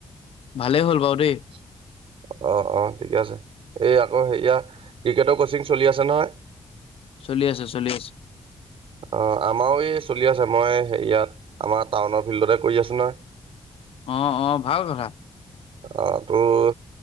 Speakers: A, on the left (about 80°); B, on the right (about 80°).
A: ভালেই হ'ল বাৰু দেই
B: অ', অ' ঠিকে আছে। এই আকৌ হেৰি নহয় ক্ৰিকেটৰ কচিং চলি আছে নহয়
A: চলি আছে, চলি আছে।
B: অ আমিও এই চলি আছে, মই হেৰীয়াত আমাৰ টাউনৰ ফিল্ডতে কৰি আছো নহয়।
A: অ', অ' ভাল কথা।
B: অ তোৰ,